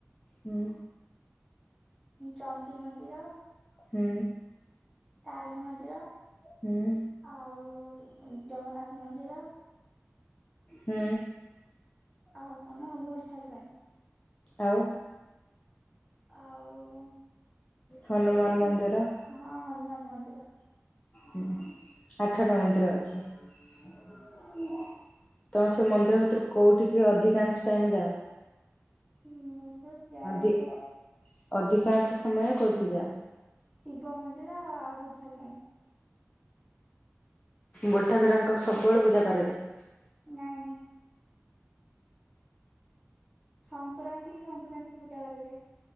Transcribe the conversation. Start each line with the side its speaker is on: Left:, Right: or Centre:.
Left: ହୁଁ।
Centre: ଚଣ୍ଡୀ ମନ୍ଦିର
Left: ହୁଁ।
Centre: ତାରିଣୀ ମନ୍ଦିର।
Left: ହୁଁ।
Centre: ଆଉ ଜଗନ୍ନାଥ୍ ମନ୍ଦିର
Left: ହୁଁ।
Centre: ଆଉ କଣ ବୁଢ଼ୀ ଠାକୁରାଣୀ।
Left: ଆଉ।
Centre: ଆଉ
Left: ହନୁମାନ୍ ମନ୍ଦିର।
Centre: ହଁ ହନୁମାନ୍ ମନ୍ଦିର।
Left: ହୁଁ ଆଠଟା ମନ୍ଦିର ଅଛି। ତମେ ସେ ମନ୍ଦିର ଭିତରୁ କୋଉଠିକି ଅଧିକାଂଶ୍ ଟାଇମ୍ ଯାଅ?
Centre: ମୁଁ ଯାଏ
Left: ଅଧି-ଅଧିକାଂଶ ସମୟ କୋଉଠି ଯାଅ?
Centre: ଶିବ ମନ୍ଦିର ଆଉ ବୁଢ଼ୀ ଠାକୁରାଣୀ।
Left: ବୁଢ଼ୀ ଠାକୁରାଣୀ କଣ ସବୁବେଳେ ପୂଜା କରାଯାଏ?
Centre: ନାଇଁ। ସଂକ୍ରାନ୍ତି କି ସଂକ୍ରାନ୍ତି ପୂଜା କରାଯାଏ।